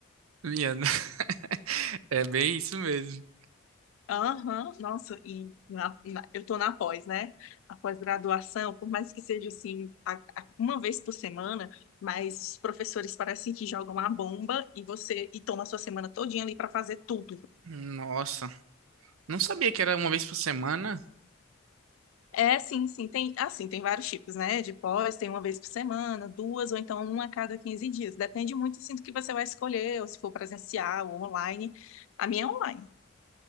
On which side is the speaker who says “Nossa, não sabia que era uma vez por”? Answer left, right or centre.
Right